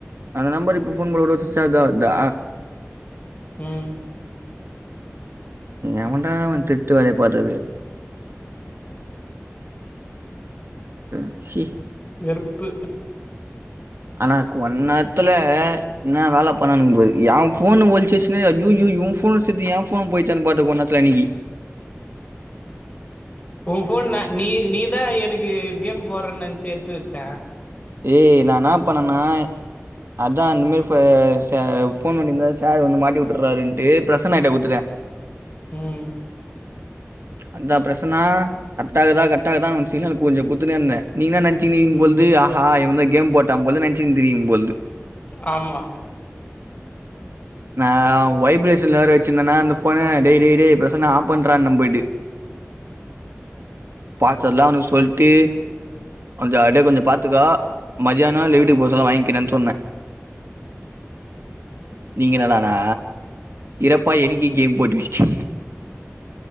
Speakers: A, on the right; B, on the left.
A: அந்த நம்பர் இப்ப ஃபோன் போட்டாக்கூட சுச் ஆஃப்தா வர்தா
B: ம்
A: எவன்டா அவ திர்ட்டு வேலைய பாத்தது அ ஹி
B: வெறுப்பு
A: ஆனா கொன் நேர்த்துல என்னா வேல பண்ணானுங்க பாரு ஏ ஃபோன ஒழிச்சிவெச்சுன்னு அய்யய்யய்யோ உ ஃபோனு சேத்து ஏ ஃபோனு போய்ச்சானு பாத்த கொன்னேர்த்துல அன்னிக்கி
B: உ ஃபோன் நா நீ நீதா எனக்கு கேம் போட்றன் நென்ச்சி எடுத்து வெச்ச
A: ஏய் நா என்ன பண்ணன்னா அத்தா அந்தமாரி ஃபோ சா ஃபோன் நோண்டிருந்தா சார் வந்து மாட்டிவுட்டுர்ராருன்ட்டு ப்ரசனாக்கிட்ட குடுத்துட்ட
B: ம்
A: அத்தா ப்ரசனா கர்ட்டாக்குதா கர்ட்டாக்குதா ஒன்க்கு சிக்னல் கொஞ்சோ குட்த்துனேருந்த நீ என்னா நென் தினிக்குப்பொழ்து
B: ம்
A: அஹா இவ தா கேம் போட்டா போலன்னு நெனச்சிருந்தீர்கிங்க பொழ்து
B: ஆமா
A: நா வைப்ரேஷன்ல வேற வெச்சிருந்தனா அந்த ஃபோன டேய் டேய் டேய் ப்ரசன்னா ஆஃப் பண்றான்ன போய்ட்டு பாச்வேட்லா அவுனுக்கு சொல்ட்டு கொஞ்சோ அப்டே கொஞ்சோ பாத்துக்கோ மதியானோ இல்ல வீட்டுக்கு போ சொல்ல வாங்க்கிறன் சொன்ன நீங்க என்னடானா இறப்பா எனிக்கே கேம் போட்ருச்சு